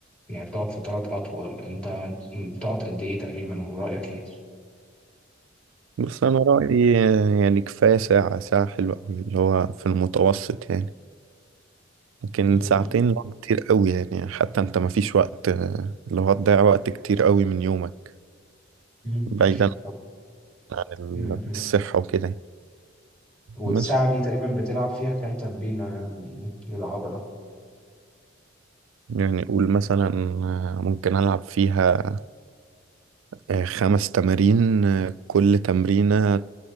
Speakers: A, in the centre; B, on the right.
A: يعني بتقعد فترات أطول أنت بتقعد قد إيه تقريبا ورأيك إيه؟
B: بص انا رايي يعني كفايه ساعه ساعه حلوه قوي اللي هو في المتوسط يعني لكن
A: مم.
B: ساعتين لو كتير قوي يعني حتى انت ما فيش وقت آه، اللي هو هتضيع وقت كتير قوي من يومك
A: مم.
B: بعيدا
A: طب-
B: عن ال-
A: مم. مم.
B: الصحه وكده يعني.
A: والساعة
B: بس
A: دي تقريبا بتلعب فيها كام تمرينة للعضلة
B: يعني قول مثلا آه، ممكن العب فيها آه، خمس تمارين آه، كل تمرينه